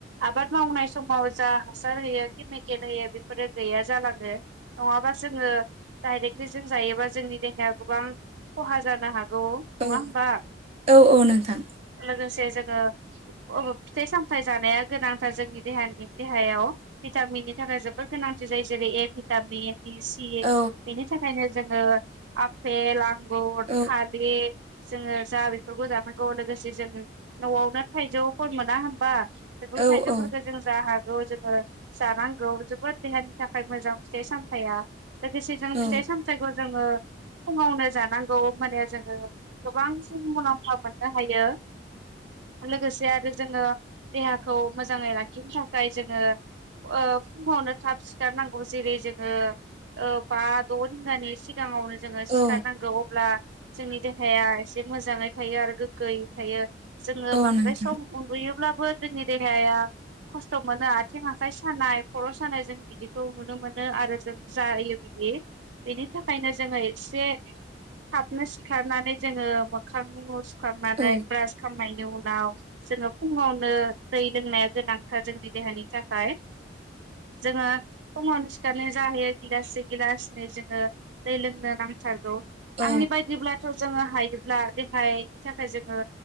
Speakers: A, on the right; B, on the right.
A: आबाद मावनाय समाव जा हासार होयो केमिकेल होयो बेफोरो गैया जालाङो नङाबा जोङो डाइरेक्टलि जों जायोबा जोंनि देहाया गोबां खहा जानो हागौ नङा
B: औ
A: होमबा
B: औ औ नोंथां
A: लोगोसे जोङो अ फिथाइ सामथाइ जानाया गोनांथार जोंनि देहानि देहायाव भिटामिननि थाखाय जोबोद गोनांथार। जायै जेरै ए भिथामिन। बि सि
B: औ
A: बेनि थाखायनो जोङो आफेल आंगुर
B: औ
A: थालिर जोङो जा बेफोरखौ जानांगौ लोगोसे जों न'आवनो थाइजौफोर मोना होनबा? बे
B: औ
A: थाइजौफोरखौ
B: औ
A: जों जा हा जोङो जानांगौ जोबोद देहानि थाखाय मोजां फिथाइ सामथाइया। लोगोसे जों
B: औ
A: फिथाइ सामथाइखौ जोङो फुङावनो जानांगौ माने जों ङो गोबांसिन मुलाम्फा मोननो हायो लोगोसे आरो आरो जोङो देहाखौ मोजाङै लाखिनो थाखाय जोङो ओ फुङावनो थाब सिखारनांगौ जेरै जोङो ओ बा द' रिंगानि सिगाङावनो जोङो सिखारनांगौ
B: औ
A: अब्ला जोंनि देहाया एसे मोजाङै थायो आरो गोग्गोयै थायो। जोङो
B: औ
A: बांद्राय
B: नोंथां
A: सम उन्दुयोब्लाबो जोंनि देहाया खस्थ' मोनो आथिं आखाइ सानाय खर' सानाय जों बिदिखौ नुनो मोनो आरो जों जायो बि बि बेनि थाखायनो जोङो एसे थाबनो सिखारनानै जोङो मोखां उ सुखांनानै
B: औ
A: ब्रास खालामनायनि उनाव जोङो फुङावनो दै लोंनाया गोनांथार जोंनि देहानि थाखाय। जोङो फुङावनो सिखारनाय जाहैयो गिलासि गिलासनै जोङो दै लोंनो नांथारग गौ
B: औ
A: आंनि बायदिब्लाथ' जोङो हायोब्ला देहायनि थाखाय जोङो